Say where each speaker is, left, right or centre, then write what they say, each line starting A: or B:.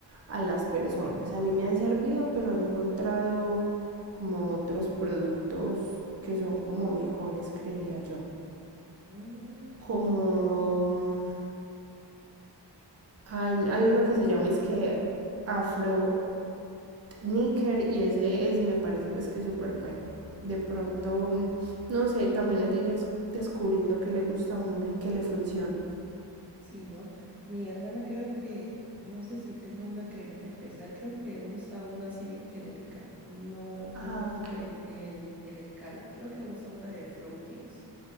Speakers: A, on the right; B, in the centre.
A: a las personas. A mí me han servido, pero he encontrado como otros productos que son como mejores, creería yo.
B: Mm,
A: Como mm, hay, hay uno que se llama es que Afro Etniker y ese es, me parece pues que súper bueno. De pronto, mm, no sé, también es ir descubriendo qué le gusta a uno y qué le funciona.
B: sí, ¿no? Mi hermana creo que, no sé si tenga una cremita especial, creo que usa una así bien genérica, no,
A: Ah,
B: no usa
A: ok.
B: el, el, el escala, creo que usa una de Fructis